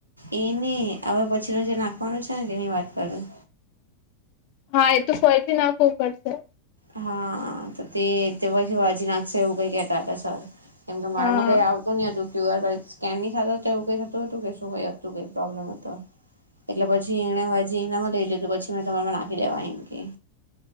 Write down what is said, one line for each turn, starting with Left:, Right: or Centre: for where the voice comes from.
Right: એ ન હવે પછી ન જે નાખવાનું છે ને તેની વાત કરું.
Left: હા એ તો ફરીથી નાખવું પડશે.
Right: હા તો તે તેઓ આજવાજે નાખશે છે એવું કઈ કેતા સર કેમ કે મારામાં
Left: હા
Right: કઈ આવતું નહી હતું. ક્યુ આર સ્કેન નહી થતો એવું કઈતું હતું કે શું કઈ હતું કઈ પ્રોબ્લેમ હતો. એટલે પછી એણે હજી લઈ લીધું પછી મેં તમા નાખી દેવાકે.